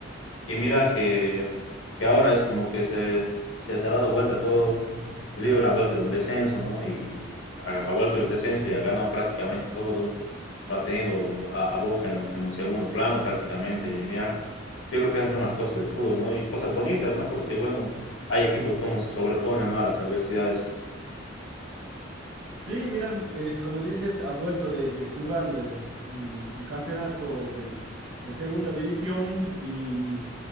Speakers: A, on the left (about 75°); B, on the right (about 65°).
A: Y mira que, que ahora es como que se, se, se ha dado vuelta todo. El River ha vuelto de un descenso, ¿no? Y ha, ha vuelto del descenso y ha ganado prácticamente todo. Lo ha tenido a, a Boca en un, en un, segundo plano prácticamente. Y mira, yo creo que esas son las cosas del fútbol, ¿no? Y cosas bonitas, ¿no? Porque, bueno, hay equipos como se sobreponen, ¿no? A las adversidades.
B: Sí, mira, eh, como dices, ha vuelto de, de jugar eh, un, un campeonato de, de segunda división y